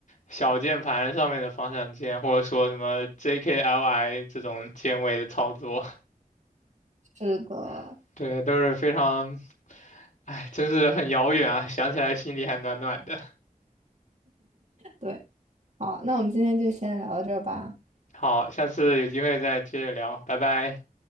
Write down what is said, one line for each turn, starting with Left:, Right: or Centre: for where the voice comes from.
Left: 小键盘上面的方向键，或者说什么 JKLI 这种键位的操作，
Right: <laughs> 是的，
Left: <laughs> 对，都是非常，哎，真是很遥远啊，想起来心里还暖暖的。
Right: 对。好，那我们今天就先聊到这儿吧，
Left: 好，下次有机会再接着聊，拜拜。